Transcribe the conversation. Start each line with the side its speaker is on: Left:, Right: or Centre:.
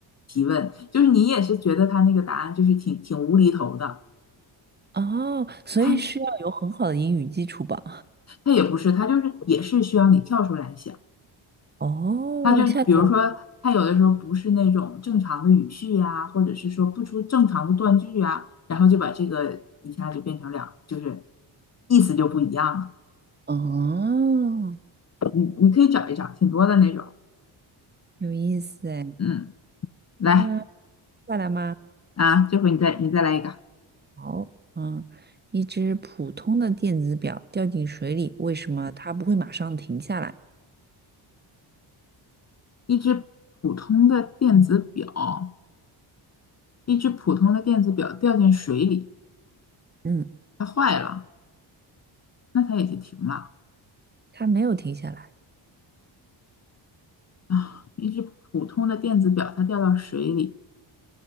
Left: 提问，就是你也是觉得它那个答案就是挺挺无厘头的，
Right: 哦，所以是要有很好的英语基础吧？
Left: 它它也不是，它就是也是需要你跳出来想。
Right: 哦，
Left: 他就比如说，
Right: 下次我
Left: 他有的时候不是那种正常的语序呀、或者是说不出正常的断句呀，然后就把这个一下就变成两，就是意思就不一样了。
Right: 哦，
Left: 你你可以找一找，挺多的那种。
Right: 有意思哎。
Left: 嗯，来
Right: 啊，再来吗？
Left: 啊，这回你再你再来一个，
Right: 好，嗯，一只普通的电子表掉进水里，为什么它不会马上停下来？
Left: 一只普通的电子表，一只普通的电子表掉进水里，
Right: 嗯。
Left: 它坏了，那它也就停了
Right: 他没有停下来。
Left: 啊。一只普通的电子表，它掉到水里，